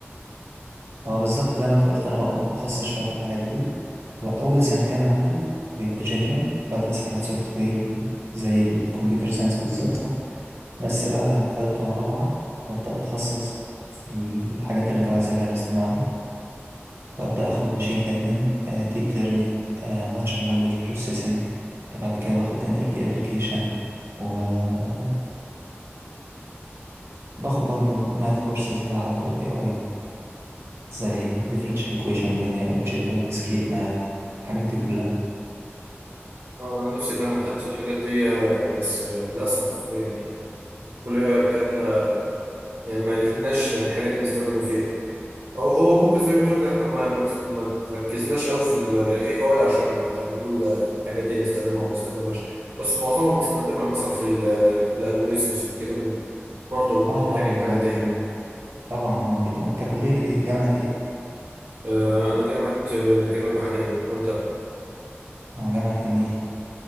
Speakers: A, on the right; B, on the right.
A: اه بالظبط زي ما انت قلت انا ببقى متخصص شويه في الحاجات دي واول سنتين عندي بيبقى جنرال بدرس حاجات سوفت وير وزي الكمبيوتر ساينس بالظبط بس بقى تالتة ورابعة ببدأ أتخصص في الحاجات اللي تبع الذكاء الاصطناعي ببدأ أخد ماشين ليرنينج ديب ليرنينج ناتشرال لانجويج بروسيسنج بعد كده باخد NLP application وباخد برضو ماث كورسز ليها علاقة بال AI زي differential equation linear algebra discrete math الحاجات دي كلها
B: اه انا نفسي كمان اخدت الحاجات دي بس للاسف يعني الكليه بتاعتنا يعني ما لقيناش الحاجات دي نستخدمها فيها او هو ممكن زي ما تقول احنا ما ما ما تركزناش قوي في الاي اي عشان نقول الحاجات دي هنستخدمها او ما نستخدمهاش بس معظمها بنستخدمها مثلا في ال في الالجوريزمز وكده برضه بنحتاج
A: اه طبعا
B: الحاجات
A: مهمة
B: دي
A: جدا طبعا مهمة جدا انت كلية ايه جامعة ايه
B: آه، انا جامعه آه، الاكاديميه البحريه وانت
A: انا جامعة النيل